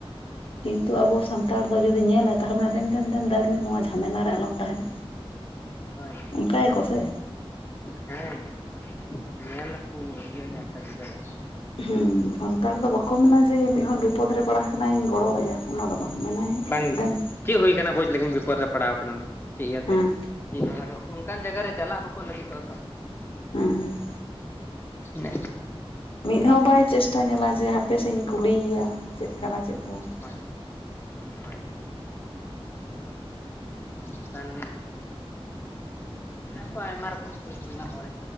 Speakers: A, on the left (about 65°); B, on the left (about 25°).
A: ᱠᱤᱱᱛᱩ ᱟᱵᱚ ᱥᱟᱱᱛᱟᱲ ᱫᱚ ᱡᱩᱫᱤ ᱧᱮᱞᱟᱭ ᱛᱟᱦᱚᱞᱮ ᱫᱮᱱ ᱫᱮᱱᱫᱮᱢ ᱫᱟᱲᱢᱤ ᱱᱚᱣᱟ ᱡᱷᱟᱢᱮᱞᱟ ᱨᱮ ᱟᱞᱚᱢ ᱛᱟᱦᱮᱱᱟ
B: ᱦᱳᱭ
A: ᱚᱱᱠᱟᱭ ᱟᱠᱚ ᱥᱮ
B: ᱦᱮᱸ ᱧᱮᱞᱞᱟᱠᱩ ᱤᱭᱟᱹ ᱧᱮᱞᱛᱮ ᱵᱩᱡᱦᱟᱹᱣ ᱫᱟᱢᱥᱮ
A: ᱦᱩ ᱥᱟᱱᱛᱟᱲ ᱫᱚ ᱵᱟᱠᱚ ᱢᱮᱱᱟ ᱡᱮ ᱢᱤᱫᱦᱚᱲ ᱵᱤᱯᱚᱫᱽ ᱨᱮ ᱯᱟᱲᱟᱣ ᱟᱠᱟᱱᱟᱧ ᱜᱚᱲᱚ ᱣᱟᱭᱟ ᱚᱱᱟ ᱫᱚ ᱵᱟᱝ ᱢᱮᱱᱟᱭ
B: ᱵᱟᱝ
A: ᱫᱮᱱ
B: ᱪᱤᱫ ᱦᱩᱭᱠᱟᱱᱟ ᱵᱩᱡᱽ ᱞᱟᱹᱜᱤᱫ ᱵᱤᱯᱚᱛ ᱨᱮ ᱯᱟᱲᱟᱣ ᱟᱠᱟᱱᱟ ᱩᱱᱤ ᱪᱮᱫ ᱤᱭᱟᱹᱛᱮ
A: ᱦᱮᱸ
B: ᱚᱱᱟ ᱫᱚ ᱚᱱᱠᱟᱱ ᱡᱟᱭᱜᱟ ᱨᱮ ᱪᱟᱞᱟᱜ ᱵᱟᱠᱩ ᱞᱟᱹᱜᱤᱛᱚᱜᱼᱟ ᱛᱚ
A: ᱦᱮᱸ
B: ᱱᱮ
A: ᱤᱱᱟᱦᱚᱸ ᱵᱟᱭ ᱪᱮᱥᱴᱟ ᱧᱮᱞᱟ ᱡᱮ ᱦᱟᱯᱮᱥᱮᱧ ᱠᱩᱞᱤᱭᱭᱟ ᱪᱮᱫ ᱠᱟᱱᱟ ᱪᱮᱫ ᱵᱟᱝ
B: ᱦᱳᱭ ᱦᱳᱭ ᱮᱱᱠᱷᱟᱱ ᱢᱮᱱᱟᱜ ᱠᱚᱣᱟ ᱟᱭᱢᱟ ᱨᱚᱠᱚᱢ ᱥᱳᱡᱽ ᱵᱟᱞᱟ ᱦᱚᱲ